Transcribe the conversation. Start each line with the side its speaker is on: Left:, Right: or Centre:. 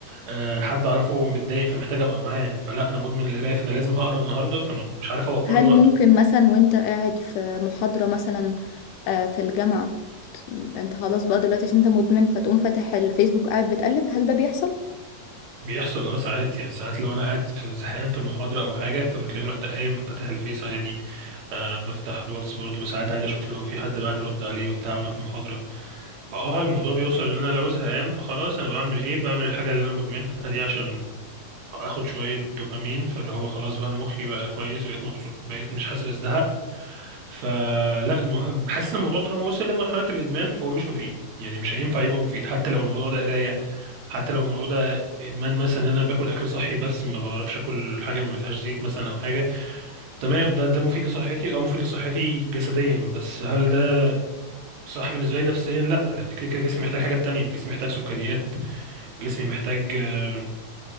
Right: آه، حد اعرفه متضايق فمحتاج ابقى معاه فلا انا مدمن القرايه فانا لازم هقرا النهارده فانا مش عارف اوفر
Left: هل
Right: له وقت
Left: ممكن مثلا وأنت قاعد في محاضرة مثلا آه، في الجامعة ت- أنت خلاص بقى دلوقتي عشان أنت مدمن فتقوم فاتح الفيسبوك قاعد بتقلب هل ده بيحصل؟
Right: بيحصل اه ساعات يعني ساعات لو انا قاعد في- زهقان في المحاضره او حاجه فبتلاقيني رحت قايم فاتح الفيس عادي آه بفتح الواتس برضه ساعات عادي اشوف لو في حد بعت ارد عليه وبتاع وانا في المحاضره فاه الموضوع بيوصل ان انا لو زهقان فخلاص انا بعمل ايه بعمل الحاجه اللي انا مدمنها دي عشان اخد شويه دوبامين فاللي هو خلاص بقى انا مخي بقى كويس بقيت مبسوط بقيت مش حاسس بالزهق فلا المهم حاسس ان الموضوع طالما وصل لمرحله الادمان فهو مش مفيد يعني مش هينفع يبقى مفيد حتى لو الموضوع ده قرايه حتى لو الموضوع ده ادمان مثلا ان انا باكل اكل صحي بس ما بعرفش اكل حاجه ما فيهاش زيت مثلا او حاجه تمام ده ده مفيد لصحتي اه مفيد لصحتي جسديا بس هل ده صح بالنسبه لي نفسيا لا لان كده كده جسمي محتاج حاجات تانية جسمي محتاج سكريات جسمي محتاج آه،